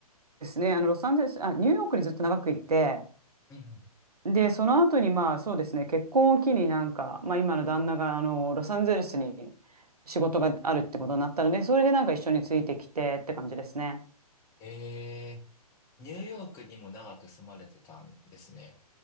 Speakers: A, on the right (about 75°); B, on the left (about 15°).
A: すね。あの、ロサンゼルス、あ、ニューヨークにずっと長くいて、
B: うんうん。
A: で、その後にまあそうですね、結婚を機になんか、まあ今の旦那があのロサンゼルスに仕事があるってことになったので、それでなんか一緒についてきてって感じですね。
B: えー、ニューヨークにも長く住まれてたんですね。